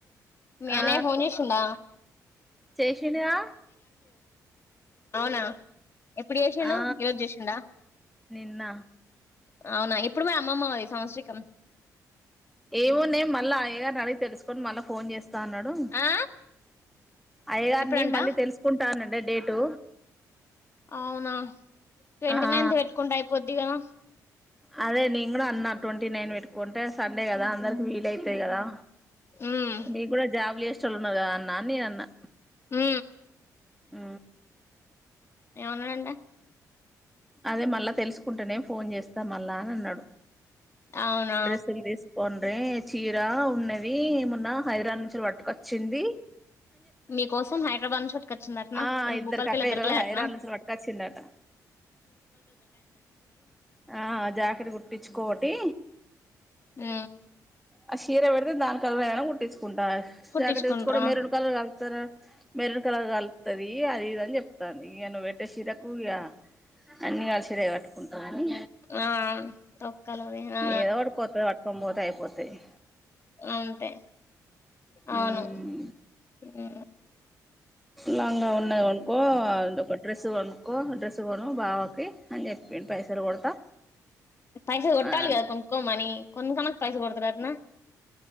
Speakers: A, on the left; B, in the centre.
A: మీయన్నే
B: ఆ
A: ఫోన్ జీషిందా
B: చేసిండుగా
A: అవునా ఎప్పుడు చేషిండు
B: ఆ
A: ఈరోజ్ జేసిండా
B: నిన్న
A: అవునా ఎప్పుడు మరి అమ్మమ్మ వది సంవత్సరికం
B: ఏమోనే మళ్ళా అయ్యగార్నడిగి తెలుసుకొని మళ్ళ ఫోన్ జేస్తా అన్నడు
A: ఆ
B: అయ్యగార్నీ
A: ఎప్పుడంట
B: మళ్ళీ తెలుసుకుంటాన్నడే డేటు
A: అవునా ట్వంటీ
B: అ ఆ
A: నైన్త్ పెట్టుకుంటే అయిపోద్ది కదా
B: అదే నేంగుడా అన్నా ట్వంటీ నైన్ పెట్టుకుంటే సండే కదా అందకి వీలైతయ్ గదా
A: ఉమ్
B: నీగ్గుడ జాబ్లు జేష్టోల్లున్నారు గదా అన్నా అన్ నేనన్న
A: ఊ
B: ఊ
A: ఏవన్నడంట
B: అదే మళ్ళ తెలుసుకుంటనే ఫోన్ చేస్త మళ్ళా అనన్నడు
A: అవునా
B: డ్రెస్సుల్ దీస్కో అన్న చీరా ఉన్నదీ మొన్నా హైదరాద్ నుంచొల్ పటుకొచ్చింది
A: మీకోసం హైడ్రాబాద్ పట్కచ్చిందట్నా
B: ఆ
A: ఎందుకు
B: ఇద్దరికి
A: భూపాల్పల్ల
B: అక్కయ్యలు
A: దొరకలేదట్నా
B: హైదరాబాద్ నుంచి పట్టుకొచ్చిండట ఆ జాకిట్ కుట్టిచ్చుకో ఓటీ
A: ఊ
B: ఆ చీర పెడితే దా కలర్ అయినా కుట్టించుకుంటా
A: కుట్టించుకుంట్రా
B: జాకెట్ తెచ్చుకొని మెరన్ కలర్ కలుతారు మెరున్ కలర్ కలుతది అది ఇదని చెప్తాంది ఇక నువ్వు పెట్టే చిరకు ఇగా అన్ని కలిసి చీర కట్టుకుంటమని
A: ఆ తొక్కలువి ఆ
B: ఏదో ఒకటి కొత్తది కట్టుకొని పోతే అయిపోతది
A: అంతే అవును
B: ఉమ్
A: ఉ
B: లంగా ఉన్నాది కొనుకో అ ఒక డ్రెస్ కొనుక్కో డ్రెస్ కొను బావకి అని చెప్పిండు పైసలు కొడతా
A: పైసలు కొట్టాలి
B: అని
A: కదా కొనుకోమని కొనుకునాక పైసలు కొడతడటన